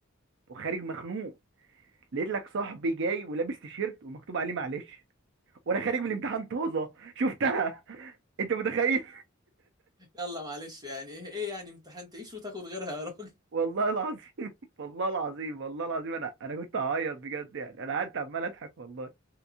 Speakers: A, on the right; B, on the right.
A: وخارج مخنوق لقيت لك صاحبي جاي ولابس تيشيرت ومكتوب عليه معلش وانا خارج من الامتحان طازه شفتها <laughs> انت متخيل
B: يلا معلش يعني ايه يعني امتحان تعيش وتاخد غيرها يا راجل
A: والله العظيم <laughs> والله العظيم والله العظيم انا انا كنت هعيط بجد يعني انا قعدت عمال اضحك والله